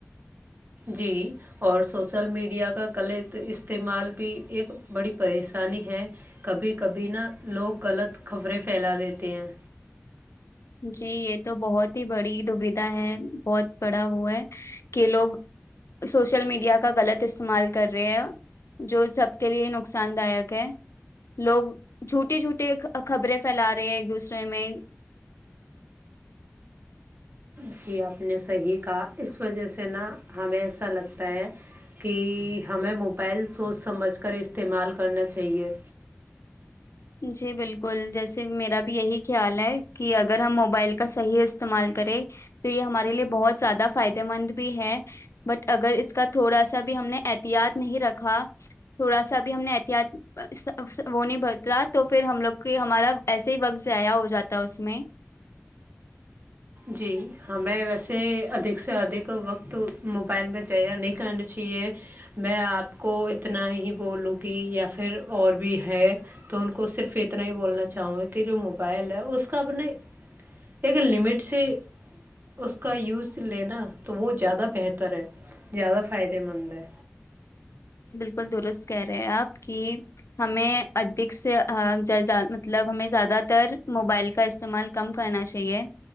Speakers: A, on the right; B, on the left.
A: جی اور سوسل میڈیا کا غلط استعمال بھی ایک بڑی پریشانی ہے کبھی کبھی نا لوگ غلط خبریں پھیلا دیتے ہیں
B: جی یہ تو بہت ہی بڑی دویدھا ہے بہت بڑا وہ ہے کہ لوگ سوشل میڈیا کا غلط استعمال کر رہے ہے جو سب کے لیے نقصان داک ہے لوگ جھوٹی جھوٹیے خبریں پھیلا رہے ہیں ایک دوسرے میں
A: جی آپ نے صحیح کہا اس وجہ سے نا ہمیں ایسا لگتا ہے کہ ہمیں موبائل سوچ سمجھ کر استعمال کرنا چاہیے
B: جی بالکل جیسے میرا بھی یہی خیال ہے کہ اگر ہم موبائل کا صحیح استعمال کریں تو یہ ہمارے لیے بہت زیادہ فائدے مند بھی ہے بٹ اگر اس کا تھوڑا سا بھی ہم نے احتیاط نہیں رکھا تھوڑا سا بھی ہم نے احتیاط وہ نہیں ب تو پھر ہم لوگ کے ہمارا وسے ہی وقت ضیاع ہو جاتا اس میں
A: جی ہمیں ویسے ادھک سے ادھک وقت موبائل میں جیا نہیں کرنا چاہیے میں آپ کو اتنا ہی بولوں گی یا پھر اور بھی ہے تو ان کو صرف اتنا ہی بولنا چاہوں گی کہ جو موبائل ہے اس کا اپنے ایک لمٹ سے اس کا یوز لینا تو وہ زیادہ بہتر ہے زیادہ فائدے مند ہے
B: بالک درست کہہ رہے ہیں آپ کی ہمیں ادھک سے مطلب ہمیں زیادہ تر موبائل کا استعمال کم کرنا چاہیے